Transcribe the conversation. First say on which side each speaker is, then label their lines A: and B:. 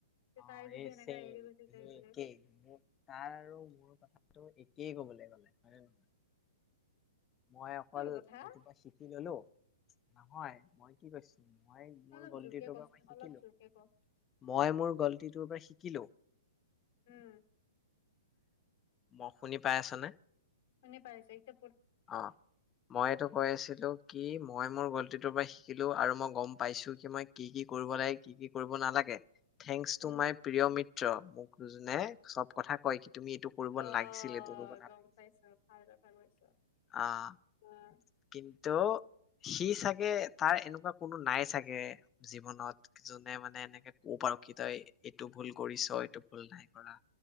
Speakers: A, on the left; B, on the left.
A: যে
B: অ',
A: তাই যদি
B: এই
A: সেনেকা
B: চেম
A: এৰি গুচি যায়
B: হেই
A: বুলি
B: ', একে ', মোক তাৰ আৰু মোৰ কথা, ত', একয়েই কবলৈ গ'লে হয়নে নহয়? মই, অকল
A: তোৰ কথা
B: এইটো পা শিকি ললো। নহয়, মই কি কৈছো? মই
A: তই
B: মোৰ
A: অলপ
B: গলতিটোৰ
A: জোৰকে কচোন
B: পৰা মই শিকিলো,
A: অলপ জোৰকে ক
B: মই মোৰ গলতিটোৰ পৰা শিকিলো।
A: উম',
B: ম, শুনি পাই আছ নে?
A: মনে পাইচ এতি,
B: অ', মই, এইটো কৈ আছিলো কি মই মোৰ গল, -তিটোৰ পৰাই শিকিলো আৰু মই গম পাইছো কি মই কি -কি কৰিব লাগে, কি- কি কৰিব নালাগে। থেংকস
A: উম
B: টু মাই প্ৰিয় মিত্ৰ। মোকনে চব কথা কয় কি তুমি এইটো কৰিব
A: অ',
B: নালাগিছিল এইটো কৰিব
A: গম পাইছো ভাল কথা কৈছ।
B: অ'।
A: অ
B: কিন্তু সি চাগে তাৰ এনেকুৱা কোনো নাই চাগে জীৱনত যোনে মানে এনেকে ক'ব পাৰিব কি তই এইটো ভুল কৰিছ এইটো ভুল নাই কৰা